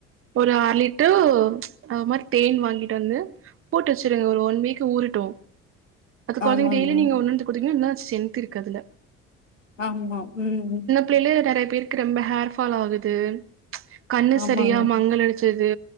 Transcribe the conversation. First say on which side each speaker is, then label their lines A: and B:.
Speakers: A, on the right (about 35°); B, on the left (about 85°).
A: ஒரு அர லிட்ரு அது மாரி தேன் வாங்கிட்டு வந்து போட்டு வச்சுருங்க ஒரு ஒன் வீக் ஊறட்டு அது கொழந்தைங்க
B: ஆமாங்க
A: டெய்லி நீங்க ஒன்னொன் எத்து குடுத்தீங்னா இன்னு ஸ்டென்த் இருக்கு அதுல
B: ஆமா ம்
A: பிளு நெறைய பேருக்கு ரொம்ப ஹேர் ஃபால் ஆகுது கண்ணு
B: ஆமாங்க
A: சரியா மங்கல் அடிச்சிருது